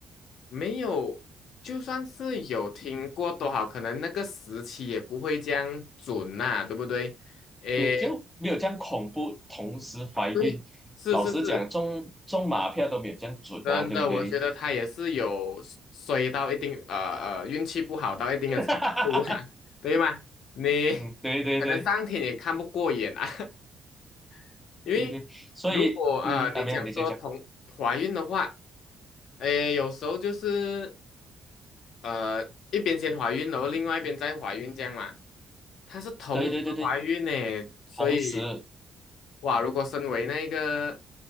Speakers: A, on the left; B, in the centre.
A: 没有，就算是有听过都好，可能那个时期也不会这样准呐、对不对？诶，
B: 对，就没有这样恐怖。同时怀孕，
A: 对，是是是，
B: 老实讲，中中马票都没有这样准啊，
A: 真的，
B: 对不对？
A: 我觉得他也是有衰到一定，呃呃，运气不好到一定的程度啦，
B: <laughs>
A: <laughs> 对吗？你
B: 嗯，对对对
A: 可能上天也看不过眼啊，<laughs> 因为如果呃你讲说同怀孕的话，
B: 对对，所以嗯啊，没有你在讲，
A: 诶，有时候就是。呃，一边先怀孕，然后另外一边再怀孕这样嘛。她是同时怀孕呢，
B: 对对对对，
A: 所以
B: 同时
A: 哇，如果身为那个